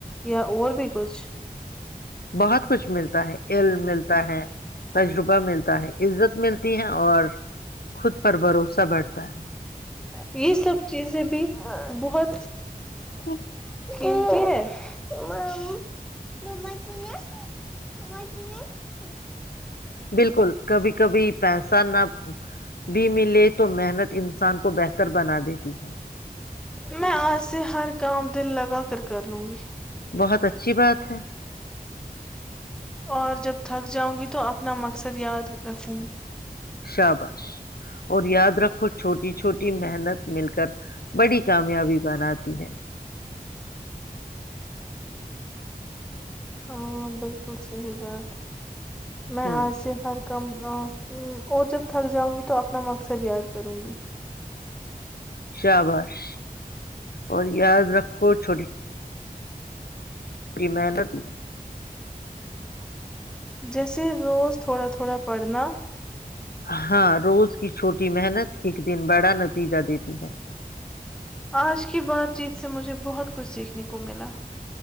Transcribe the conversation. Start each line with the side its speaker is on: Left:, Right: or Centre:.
Centre: یا اور بھی کچھ
Left: بہت س کچھ ملتا ہے ایل ملتا ہے تجربہ ملتا ہے عزت ملتی ہے اور خود پر بھروسہ بڑھتا ہے
Centre: یہ سب چیزیں بھی بہت
Left: ہ
Centre: م چ م چ
Left: بالکل کبھی کبھی پیسہ نہ بھی ملے تو محنت انسان کو بہتر بنا دیتی ہے
Centre: میں آج سے ہر کام دل لگا کر کر لوں گی
Left: بہت اچھی بات ہے
Centre: اور جب تھک جاؤں گی تو اپنا مقصد یاد رکھوں گی
Left: شابش اور یاد رکھو چھوٹی چھوٹی محنت مل کر بڑی کامیابی بناتی ہے
Centre: ہاں بالکل صحی بات ہے میں
Left: ہ
Centre: آج سے ہر کم اور جب تھک جاؤں گی تو اپنا مقصد یاد کروں گی
Left: شاہابش اور یاد رکھو چھوٹی اس کی محنت
Centre: جیسے روز تھوڑا تھوڑا پڑھنا
Left: ہاں روز کی چھوٹی محنت ایک دن بڑا نتیجہ دیتی ہے
Centre: آج کی بات چیت سے مجھے بہت کچھ سیکھنے کو ملا